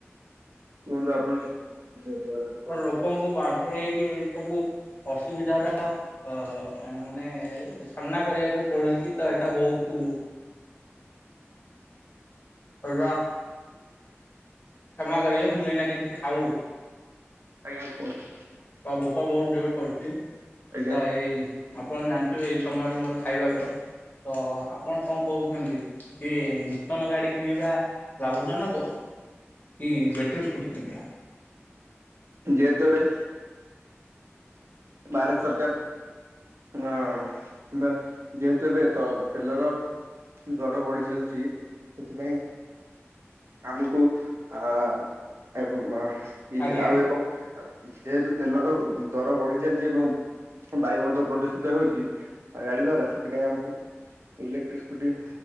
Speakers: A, on the right; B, on the left.
A: କୁହନ୍ତୁ ଆପଣ କିଛି କୁହ ସେଇ ଯୋଗୁ ବାହାରଲାନି।
B: ତ ଲୋକଙ୍କୁ ବାଧ୍ୟ ହେଇକି ଏଇସବୁ ଅସୁବିଧାର ଅ ଆ ମାନେ ସାମ୍ନା କରିବାକୁ ପଡ଼ୁଛି ତ ଏଟା ବହୁତୁ <inaudible> କ୍ଷମା କରିବେ ମୁଁ ଏଇନା କିଛି ଖାଉଚ୍
A: ଆଜ୍ଞା କୁହନ୍ତ
B: ତ ଭୋକ ବହୁତ୍ ଜୋର୍ କରୁଛି
A: ଆଜ୍ଞା
B: ତ ଏଇ ଆପଣ ଜାଣିଥିବେ ଏଇ ଛମୟରେ ମୋର ଖାଇବା ବେଳ ତ ଆପଣ କଣ କହୁଛନ୍ତି? କି ନୂତନ ଗାଡ଼ି କିଣିବା ଲାଭଜନକ? କି ବେଟ୍ରି ସ୍କୁଟିି କିଣିଆ?
A: ଯେହେତୁ ଏବେ ଭାରତ ସରକାର୍ ହଁ ଯେହେତୁ ଏବେ ତ ତେଲର ଦର ବଢି ଚାଲିଚି ସେଥିପାଇଁ ଆମକୁ ଆଏବଂ ମା ଇଲେ
B: ଆଜ୍ଞା
A: ଆଉ ଏବଂ ଯେହେତୁ ତେଲର ଦର ବଢି ଚାଲିଚି ଏବଂ ବାୟୁ ମଧ୍ୟ ପ୍ରଦୂଷିତ ହେଉଚି ଗାଡି ଦ୍ଵାରା ସେଥିପାଇଁ ଆମକୁ ଇଲେକ୍ଟ୍ରିକ ସ୍କୁଟି